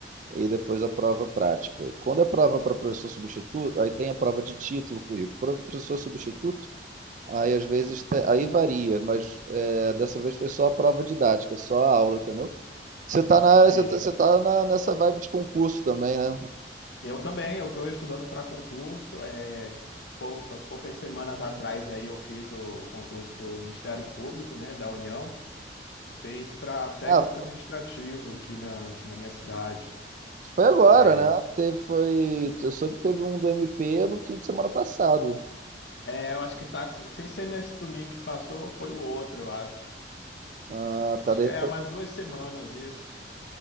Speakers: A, on the right; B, on the left.
A: e depois a prova prática. Quando é prova para professor substituto, aí tem a prova de título, currículo. Para professor substituto, aí às vezes te- aí varia, mas é, dessa vez foi só a prova didática, só a aula, entendeu? Você tá na,
B: Sim.
A: você tá, você tá na, nessa vibe de concurso também, né?
B: Eu também, eu estou estudando para concurso. É, pou- poucas semanas atrás aí eu fiz o concurso do Ministério Público, né, da União, fez para técnico
A: Ah,
B: administrativo aqui na, aqui na minha cidade.
A: foi agora,
B: É,
A: né? Teve, foi, eu soube que teve um do MP no fim de semana passado.
B: é, eu acho que tá, co- sem ser nesse domingo que passou, foi o outro, eu acho.
A: Ah,
B: Eu
A: tá,
B: acho
A: de
B: que
A: repente,
B: é umas duas semanas isso.